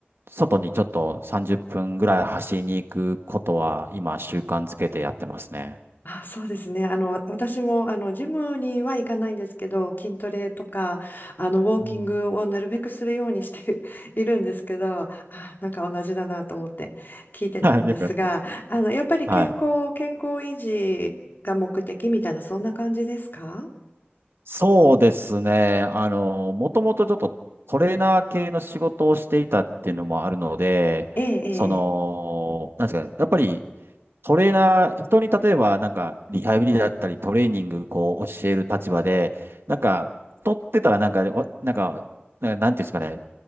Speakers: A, on the right (about 75°); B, on the left (about 55°).
A: 外にちょっと30分ぐらい走りに行くことは、今、習慣づけてやってますね。
B: あ、そうですね。あの、私も、あの、ジムには行かないんですけど、筋トレとか、あの、ウォーキングをなるべくするようにして
A: うん
B: <laughs> いるんですけど、あ、なんか同じだなと思って聞いてたんですが、
A: はい、<laughs> よくやってます。
B: あの、やっぱり健康、
A: はい。
B: 健康維持が目的みたいな、そんな感じですか
A: そうですね。あの、もともとちょっとトレーナー系の仕事をしていたっていうのもあるので、
B: ええ、ええ。
A: その、なんですかね、やっぱりトレーナー、人に例えばなんかリハビリだったりトレーニングこう教える立場で、なんか、取ってたらなんか、わなんか、なんかなんていうんですかね、